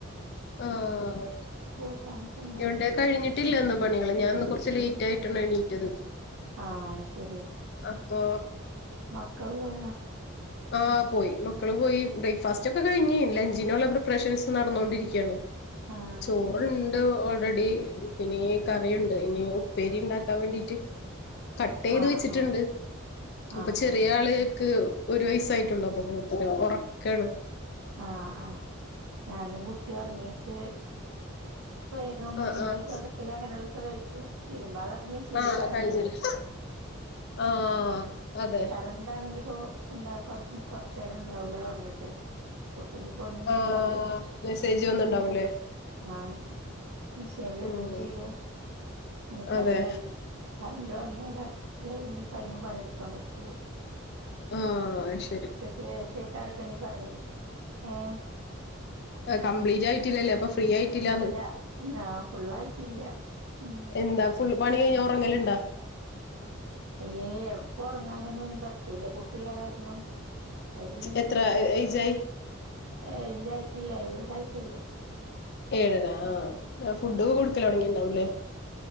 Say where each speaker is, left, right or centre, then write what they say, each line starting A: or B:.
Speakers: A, on the left; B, on the right.
A: ആഹ്
B: കൂട്ടാനൊക്കെ എന്താ
A: യുണ്ട് കഴിഞ്ഞിട്ടില്ല ന്ന് പണികള് ഞാൻന്ന് കുറച്ച് ലേറ്റ് ആയിട്ടാണ് എണീറ്റത്
B: ആഹ് അയ്ശരി
A: അപ്പോ
B: മക്കള് പോയോ
A: ആഹ് പോയി മക്കള് പോയി ബ്രേക്ക്ഫാസ്റ്റ് ഒക്കെ കഴിഞ് ലഞ്ചിനുള്ള പ്രിപ്പറേഷൻസ് നടന്നോണ്ടിരിക്കാണ്
B: ആഹ്
A: ചോറ്ണ്ട്
B: ശരി
A: ഓൾറെഡി പിന്നെ ഈ കറിയുണ്ട് ഇനി ഉപ്പേരി ണ്ടാക് ഉണ്ടാക്കാം വേണ്ടിട്ട് കട്ട് ചെയ്ത്
B: ആഹ്
A: വെച്ചിട്ട്ണ്ട്
B: ആഹ്
A: ഇപ്പ
B: ആഹ്
A: ചെറിയാള് ക്ക് ഒരു വയസ്സായിട്ടുള്ള അപ്പൊ മൂപ്പര്ഒറക്കാണ്
B: ആഹ് ആഹ് ഞാനും കുട്ടിയൊറങ്ങീക്ക് വേഗം പണിയോള്
A: ആഹ് ആഹ്
B: തൊടക്കല് അങ്ങനെയുള്ളൊക്കെ കഴിച്ചു തിരുമ്പാള്ളൊക്കെ മെഷീനി
A: ആഹ്
B: കെടക്ക്ണ്ട്
A: കഴിഞ്ഞില്ലേ ആഹ് അതെ
B: കറണ്ടാണെങ്കി പൊ എന്താ കൊറ് കൊ റ്ചേരണ്ടാവൂല പറ്ഞ്ഞിട്ടെ പ്പ പ്പൊന്നും ചെയ്യാല്ല
A: ആഹ് മെസ്സേജ്
B: മിഷേ
A: വന്നുണ്ടാവുംല്ലേ
B: ആം മിഷേൻലിടും
A: ഉം
B: ചെയ്തു ഇഞ്പ്പത്
A: അതെ
B: കഴിയ് കറണ്ട് വന്നാതെ ലെ ഇഞ്പ്പയ്മെ പണിട്ക്കാം പറ്റുള്ളു
A: ആഹ് അഹ് ശെ
B: ച്ചക്ക് ശേഷയ്ക്കാരപ്പഞ് പണി ഏഹ്
A: ആഹ് കംപ്ലീറ്റ് ആയിട്ടില്ലല്ലേ അപ്പൊ ഫ്രീ ആയിട്ടില്ലാന്ന്
B: ഇല്ല ആഹ് ഫുള്ളായിട്ടില്ല ഉം
A: എന്താ ഫുള്ള് പണി കയ്ഞ്ഞാ ഒറങ്ങല്ണ്ടാ
B: ഏയ് എപ്പൊറ്ങ്ങാനൊന്നും പറ്റൂല കുട്ടിള്ള കാര്ണം അവര് നീച്ചിട്ടതായിട്ടും
A: എത്ര ഏജായി
B: എയ്ഞ്ചായിട്ടില്ല എഴ്പതായിറ്റുള്ളൂ
A: ഏഴര ആഹ് ഫുഡ്
B: ആഹ്
A: ഒക്കെ കൊടുക്കലൊ ട്ങ്ങീണ്ടാവൂല്ലേ